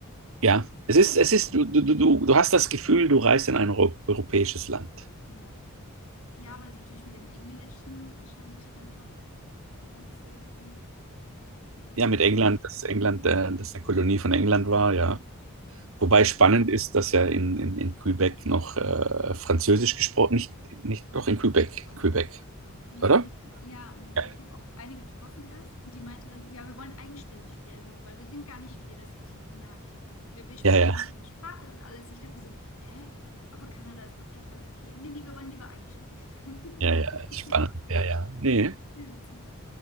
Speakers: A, on the right (about 65°); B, on the left (about 70°).
A: Ja, es
B: Ja,
A: ist, es ist, du, du, du, du hast das Gefühl, du reist in ein euro europäisches Land.
B: ja. Ja, weil es natürlich mit dem Englischen wahrscheinlich einfach, ne, ist ja irgendwie. wegen Englisch
A: Ja, mit England, dass England,
B: Und
A: äh, dass eine Kolonie von England
B: ja,
A: war, ja.
B: dann
A: Wobei
B: hat
A: spannend ist, dass ja in, in, in Quebec noch äh, Französisch gesprochen, nicht, nicht, doch in Quebec,
B: man.
A: Quebec,
B: Genau,
A: oder?
B: und die, ja, und die,
A: Ja,
B: ich habe auch eine getroffen erst und die meinte dann, ja, wir wollen eigenständig werden, weil wir sind gar nicht wie die restlichen Kanadier. Wir, wir sprechen
A: ja, ja,
B: nur die Sprache und alles. Ich dachte so, hä? Aber Kanada ist doch total okay. Nee, nee, wir wollen lieber eigenständig sein. <laughs>
A: ja, ja, spannend, ja, ja. Nee,
B: Ja, Witzig.